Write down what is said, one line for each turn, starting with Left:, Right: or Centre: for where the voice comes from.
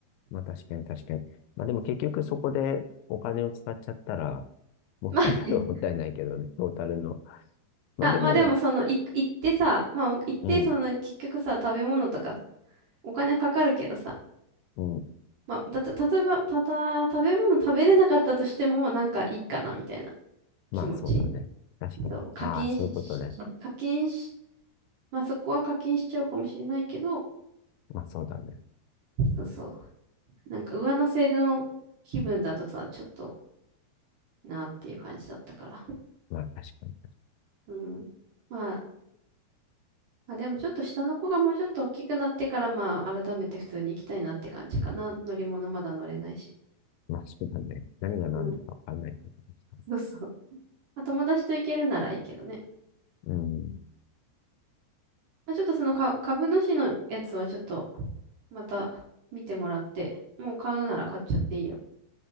Left: まあ、確かに確かに。まあ、でも結局そこでお金を使っちゃったら、
Right: <laughs>
Left: もったいないはもったいないけどね、
Right: まあね。
Left: トータルの。まあ、
Right: あ、
Left: でも、
Right: まあでもその、い行ってさ、まあ行ってその結局さ、
Left: うん、
Right: 食べ物とかお金かかるけどさ、
Left: うん。
Right: まあ、だ、た、例えば、ただ、食べ物食べれなかったとしても、なんかいいかなみたいな
Left: まあ、
Right: 気持ち。
Left: そうだね。確かに。
Right: そう、課金し、
Left: ああ、そういうことね。
Right: 課金し、まあそこは課金しちゃうかもしれないけど、
Left: まあ、そうだね。
Right: そうそう。なんか上乗せの気分だとさ、ちょっとなっていう感じだったから。
Left: まあ、確かに。
Right: うん。まあ、まあでもちょっと下の子がもうちょっと大きくなってから、まあ改めて普通に行きたいなって感じかな。乗り物まだ乗れないし。
Left: まあ、そうだね。何が何だかわかんない感じでした。
Right: うん。そうそう。まあ友達と行けるならいいけどね。
Left: うん。
Right: まあちょっとそのか株主のやつはちょっとまた見てもらって、もう買うなら買っちゃっていいよ。